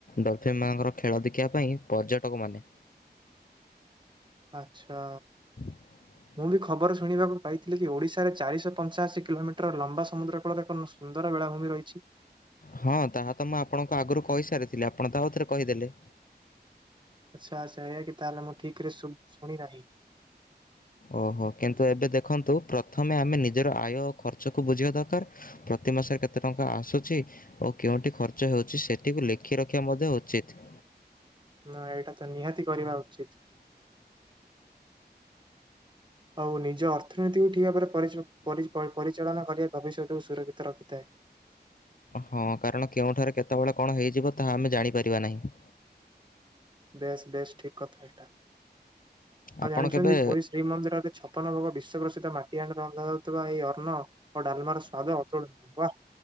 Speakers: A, on the left; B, on the right.
A: ଡଲଫିନ୍ ମାନଙ୍କର ଖେଳ ଦେଖିବା ପାଇଁ ପର୍ଯ୍ୟଟକ ମାନେ।
B: ଆଚ୍ଛା
A: <inaudible>
B: ମୁଁ ବି ଖବର ଶୁଣିବାକୁ ପାଇଥିଲି କି ଓଡ଼ିଶାରେ ଚାରିଶହ ପଞ୍ଚାଅଶୀ କିଲୋମିଟର ଲମ୍ବା ସମୁଦ୍ରକୂଳରେ ଏକ ସୁନ୍ଦର ବେଳାଭୂମି ରହିଛି।
A: ହଁ ତାହା ତ ମୁଁ ଆପଣଙ୍କୁ ଆଗରୁ କହିସାରିଥିଲି ଆପଣ ତ ଆଉଥରେ କହିଦେଲେ।
B: ଆଚ୍ଛା ଆଚ୍ଛା ଏଇଆ କି ତାହେଲେ ମୁଁ ଠିକରେ ସୁ ଶୁଣି ନାହିଁ।
A: ଓହୋ କିନ୍ତୁ ଏବେ ଦେଖନ୍ତୁ ପ୍ରଥମେ ଆମେ ନିଜର ଆୟ ଖର୍ଚ୍ଚକୁ ବୁଝିବା ଦରକାର। ପ୍ରତି ମାସରେ କେତେ ଟଙ୍କା ଆସୁଛି। ଓ କେଉଁଠି ଖର୍ଚ୍ଚ ହେଉଛି ସେଟିକୁ ଲେଖି ରଖିବା ମଧ୍ୟ ଉଚିତ।
B: ନା ଏଇଟା ତ ନିହାତି କରିବା ଉଚିତ୍। ଆଉ ନିଜ ଅର୍ଥନୀତିକୁ ଠିକ୍ ଭାବରେ ପରିଚ ପରି ପରିଚାଳନା କରିବା ଭବିଷ୍ୟତକୁ ସୁରକ୍ଷିତ ରଖିଥାଏ।
A: ହଁ କାରଣ କେଉଁଠାରେ କେତେବେଳେ କଣ ହେଇଯିବ ତାହା ଆମେ ଜାଣିପାରିବା ନାହିଁ।
B: ବେଶ ବେଶ ଠିକ୍ କଥା। ହଁ
A: ଆପଣ
B: ଜାଣିଚନ୍ତି
A: କେବେ
B: ପୁରୀ ଶ୍ରୀମନ୍ଦିରରେ ପନ ଭୋଗ ବିଶ୍ଵ ପ୍ରସିଦ୍ଧ ମାଟି ହାଣ୍ଡିରେ ରନ୍ଧା ଯାଉଥିବା ଏଇ ଅନ୍ନ ଓ ଡାଲମାର ସ୍ଵାଦ ଅତୁଳନୀୟ ୱା।